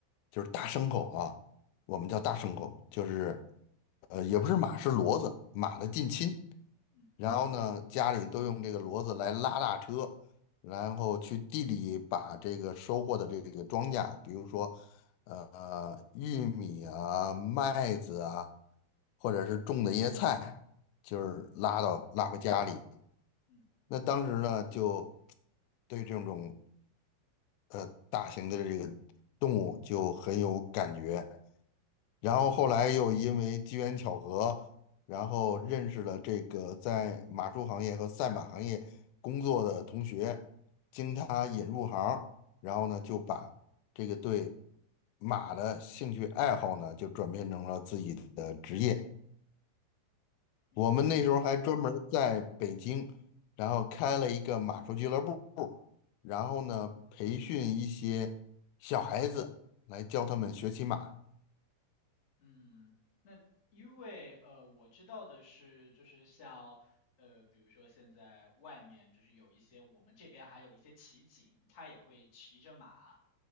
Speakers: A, on the left; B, on the left.
A: 就是大牲口啊，我们叫大牲口，
B: 嗯
A: 就是呃也不是马，是骡子，马的近亲。
B: 嗯
A: 然后呢，家里都用这个骡子来拉大车，然后去地里把这个收获的这个庄稼，比如说，呃，玉米啊、麦子啊，或者是种的一些菜，就是拉到拉回家里。
B: 嗯，
A: 那当时呢，就对这种呃大型的这个动物就很有感觉。然后后来又因为机缘巧合，然后认识了这个在马术行业和赛马行业工作的同学，经他引入行儿然后呢就把这个对马的兴趣爱好呢就转变成了自己的职业。
B: 明白。
A: 我们那时候还专门儿在北京，然后开了一个马术俱乐部，然后呢培训一些小孩子来教他们学骑马。
B: 嗯，那因为呃，我知道的是，就是像呃，比如说现在外面就是有一些我们这边还有一些骑警，他也会骑着马，